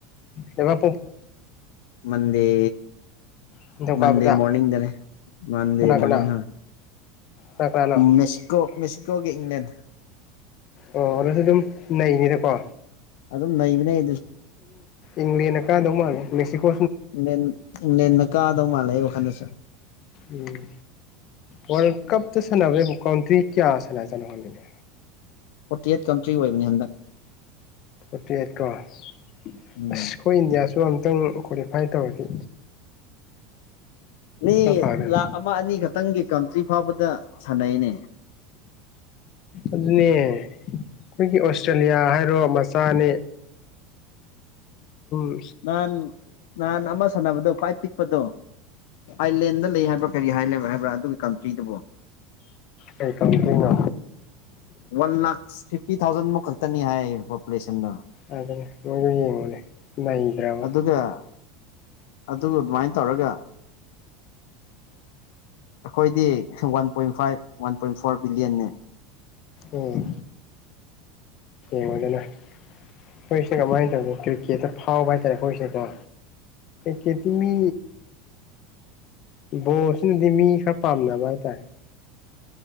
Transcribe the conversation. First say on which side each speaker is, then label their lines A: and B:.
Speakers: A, on the left; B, on the left.
A: ꯀꯗ
B: ꯃꯟ ꯃꯗꯦ
A: ꯅꯤꯡꯊꯧꯀꯥꯕꯗ
B: ꯃꯟꯗꯦ ꯃꯣꯔꯅꯤꯡꯗꯅꯦ ꯃꯟꯗꯦ
A: ꯀꯅꯥ
B: ꯃꯣꯔꯅꯤꯡ
A: ꯀꯅꯥ
B: ꯍꯥ
A: ꯀꯅꯥ ꯀꯅꯥꯅꯣ
B: ꯃꯦꯁꯤꯀꯣ ꯃꯦꯁꯤꯀꯣꯒꯤ ꯏꯪꯂꯂꯦꯟ
A: ꯑꯣ ꯑꯗꯨꯁꯨ ꯑꯗꯨꯝ ꯅꯩꯅꯤꯗꯀꯣ
B: ꯑꯗꯨꯝ ꯅꯩꯕꯅꯦ
A: ꯏꯪꯂꯦꯟꯅ ꯀꯥꯟꯗꯧ ꯃꯥꯜꯒꯦ ꯃꯦꯛꯁꯤꯀꯣ
B: ꯅ ꯅꯦꯟꯅ ꯀꯥꯗꯧ ꯃꯥꯜꯂꯦ ꯑꯩ ꯋꯥꯈꯜꯗꯁꯨ
A: ꯎꯝ ꯋꯥꯔꯜ ꯀꯞꯇ ꯁꯥꯟꯅꯕ ꯀꯥꯎꯟꯇ꯭ꯔꯤ ꯀꯌꯥ ꯁꯥꯟꯅꯖꯠꯅꯣꯕꯤꯅꯦ
B: ꯐꯣꯔꯇꯤ ꯑꯩꯠ ꯀꯟꯇ꯭ꯔꯤ ꯑꯣꯏꯕꯅꯤ ꯍꯟꯗꯛ
A: ꯐꯣꯔꯇꯤ ꯑꯩꯠ ꯀꯁ
B: ꯎꯝ
A: ꯀꯣꯏ ꯏꯟꯗꯤꯌꯥ ꯁꯨ ꯑꯝꯇꯪ ꯀ꯭ꯋꯥꯂꯤꯐꯥꯏ ꯇꯧꯔꯗꯤ
B: ꯃꯤ
A: ꯈꯔ ꯐꯒꯗꯝ
B: ꯂꯥꯈ ꯑꯃ ꯑꯅꯤ ꯈꯛꯇꯪꯒꯤ ꯀꯟꯇ꯭ꯔꯤ ꯐꯥꯎꯕꯗ ꯁꯥꯟꯅꯩꯅꯦ
A: ꯑꯗꯨꯅꯦ ꯑꯩꯈꯣꯏꯒꯤ ꯑꯣꯁꯇ꯭ꯔꯦꯂꯤꯌꯥ ꯍꯥꯏꯔꯣ ꯃꯆꯥꯅꯤ <inaudible> <unintelligible>
B: ꯅꯍꯥꯟ ꯅꯍꯥꯟ ꯑꯃ ꯁꯥꯟꯅꯕꯗꯣ ꯈ꯭ꯋꯥꯏ ꯄꯤꯛꯄꯗꯣ ꯑꯥꯏꯂꯦꯟꯗ ꯂꯩ ꯍꯥꯏꯕ꯭ꯔꯥ ꯀꯔꯤ ꯍꯥꯏꯦꯕ ꯍꯥꯏꯕ꯭ꯔꯥ ꯑꯗꯨꯒꯤ ꯀꯟꯇ꯭ꯔꯤꯗꯨꯕꯨ
A: ꯀꯩ ꯀꯥꯎꯟꯇ꯭ꯔꯤꯅꯣ
B: ꯋꯥꯟ ꯂꯥꯛ ꯐꯤꯐꯇꯤ ꯊꯥꯎꯖꯟ ꯃꯨꯛ ꯈꯛꯇꯅꯤ ꯍꯥꯏ ꯄꯣꯄꯨꯂꯦꯁꯟꯗ
A: ꯑꯗꯨꯅ ꯃꯣꯏꯁꯨ ꯌꯦꯡꯉꯨꯅꯦ ꯂꯩꯅꯥꯗ꯭ꯔꯕ
B: ꯑꯗꯨꯒ ꯑꯗꯨꯒ ꯑꯗꯨꯃꯥꯏꯅ ꯇꯧꯔꯒ ꯑꯩꯈꯣꯏꯗꯤ one point five one point four ꯕꯤꯂꯤꯌꯟꯅꯤ
A: ꯎꯝ ꯌꯦꯒꯅ ꯍꯣꯏꯁꯦ ꯀꯃꯥꯏꯅ ꯇꯧꯅꯤ ꯀ꯭ꯔꯤꯀꯦꯠ ꯐꯥꯎꯕ ꯍꯥꯏꯇꯥꯔꯦ ꯍꯣꯏꯁꯦꯀꯣ ꯈꯦꯇꯃꯤ ꯕꯣꯁꯤꯅꯗꯤ ꯃꯤ ꯈꯔ ꯄꯥꯝꯅꯕ ꯍꯥꯏꯇꯥꯔꯦ